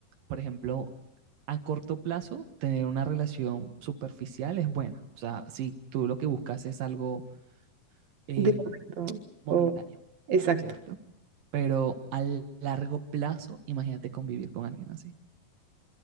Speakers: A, on the right; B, on the right.
A: por ejemplo, a corto plazo, tener una relación superficial es buena. O sea, si tú lo que buscas es algo eh,
B: de momento.
A: momentáneo,
B: O, exacto.
A: ¿cierto? Pero a largo plazo, imagínate convivir con alguien así.